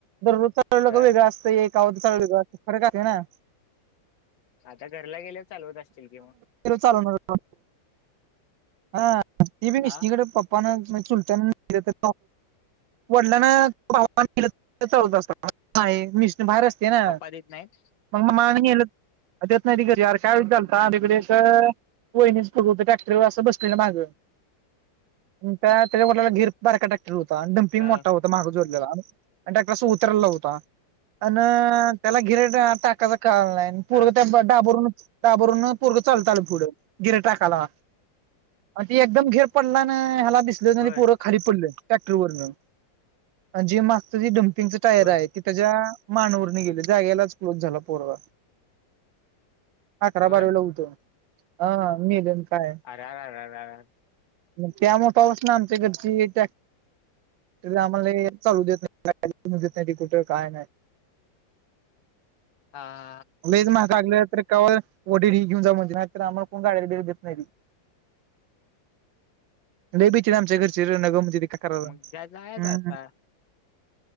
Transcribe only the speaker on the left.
अ
आता घरला गेल्या चालवत असतील किंवा.
हा
पप्पा देत नाहीत
अ
अ
बर
बर
होय
अररर
हा हा
हम्म
हम्म.
मग
काय जायच आता